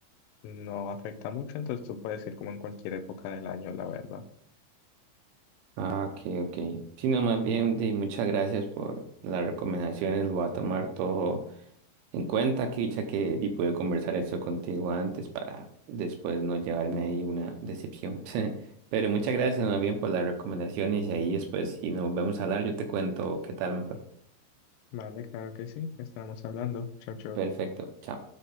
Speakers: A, on the left; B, on the right.
A: no afecta mucho, entonces tú puedes ir como en cualquier época del año, la verdad.
B: Ah, ok, ok. Sí, no, más bien, di, muchas gracias por las recomendaciones. Lo voy a tomar todo en cuenta. Que dicha que di, pude conversar eso contigo antes para después no llevarme ahí una decepción. <laughs> Pero muchas gracias, más bien, por las recomendaciones. Y ahí después, si nos volvemos a hablar, yo te cuento qué tal me fue.
A: Vale, claro que sí, estamos hablando, chao, chao.
B: Perfecto. chao.